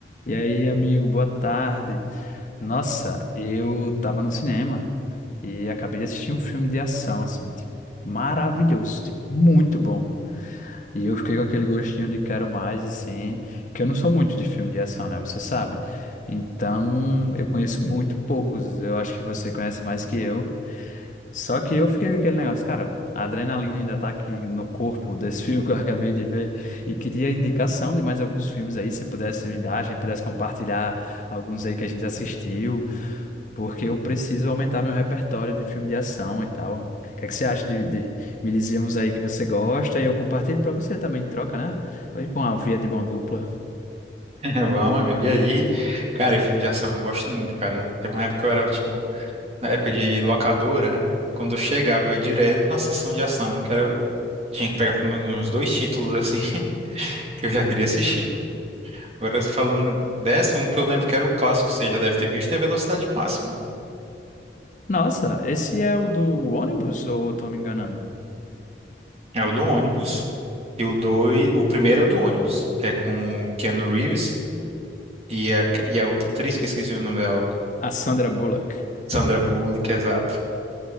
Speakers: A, on the left; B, on the right.
A: E aí, amigo, boa tarde. Nossa, eu tava no cinema e acabei de assistir um filme de ação, assim, tipo, maravilhoso, tipo, muito bom. E eu fiquei com aquele gostinho de quero mais, assim, que eu não sou muito de filme de ação, né? Você sabe. Então, eu conheço muito poucos. Eu acho que você conhece mais que eu. Só que eu fiquei com aquele negócio, cara, a adrenalina ainda tá aqui no corpo desse <laughs> filme que eu acabei de ver e queria indicação de mais alguns filmes aí, se pudesse me dar, a gente pudesse compartilhar alguns aí que a gente assistiu, porque eu preciso aumentar meu repertório de filme de ação e tal. O que é que você acha de, de me dizer uns aí que você gosta e eu compartilho pra você também, em troca, né? Vai com a via de mão dupla.
B: <laughs> Vamos, amigo. E aí, cara, e filme de ação, eu gosto muito, cara. Teve uma época que eu era, tipo, na época de locadora, quando eu chegava, eu ia direto na sessão de ação, que era, tinha que pegar pelo menos uns dois títulos, assim, <laughs> que eu já queria assistir. Agora, falando dessa, um que eu lembro que era o clássico, você já deve ter visto, é Velocidade Máxima.
A: Nossa, esse é o do ônibus ou eu tô me enganando?
B: É o do ônibus. E o dois, o primeiro é o do ônibus, que é com o Keanu Reeves e a, e a outra atriz, que eu esqueci o nome dela,
A: A Sandra Bullock.
B: Sandra Bullock, exato.